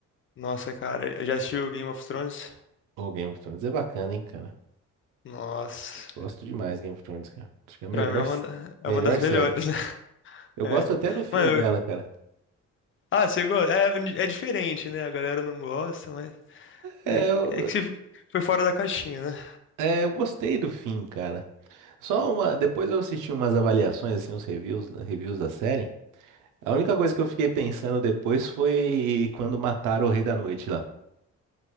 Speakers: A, on the left; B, on the right.
A: Nossa, cara, já assistiu Game of Thrones?
B: O Game of Thrones é bacana, hein, cara.
A: Nossa,
B: Gosto demais de Game of Thrones, cara. Acho que é a
A: pra
B: melhor,
A: mim é uma, da- é
B: melhor
A: uma das melhores,
B: série.
A: né? <laughs>
B: Eu
A: É.
B: gosto até do fim
A: Mano,
B: dela,
A: eu-
B: cara.
A: ah, você gosta? É, é diferente, né? A galera não gosta, mas é,
B: É,
A: que-
B: eu,
A: é que você foi fora da caixinha, né?
B: É, eu gostei do fim, cara. Só uma. Depois eu assisti umas avaliações, assim, uns reviews, reviews da série. A única coisa que eu fiquei pensando depois foi quando mataram o Rei da Noite lá.